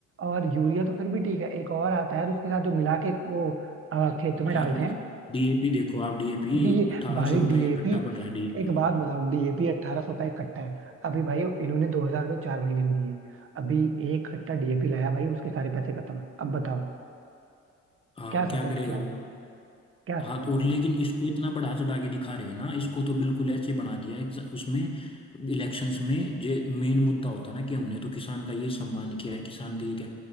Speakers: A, on the right; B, on the left.
A: और यूरिया तो फिर भी ठीक है एक और आता है और उसके साथ जो मिला के वो अ, खेत में
B: यार
A: डालते हैं
B: डीएपी देखो आप डीएपी
A: डी
B: अट्ठारह
A: भाई
B: सौ रुपये
A: डीएपी
B: का कट्टा पड़ रहा है डीएपी
A: एक
B: का
A: बात बताओ डीएपी अट्ठारह सौ का एक कट्टा है अभी भाई इन्होंने दो हजार रुपये चार महीने में दिए अभी एक कट्टा डीएपी लाया भाई उसके सारे पैसे खत्म अब बताओ
B: हाँ
A: क्या सपोर्ट
B: क्या करेगा
A: किया
B: वो
A: क्या
B: हाँ
A: सपोर्ट
B: तो और
A: किया
B: लेकिन इसको इतना बढ़ा चढ़ा के दिखा रहे हैं ना इसको तो बिल्कुल ऐसे बना दिया है exa- उसमें इलेक्शंस में जो मेन मुद्दा होता है ना कि हमने तो किसान का ये सम्मान किया है किसान का ये क्या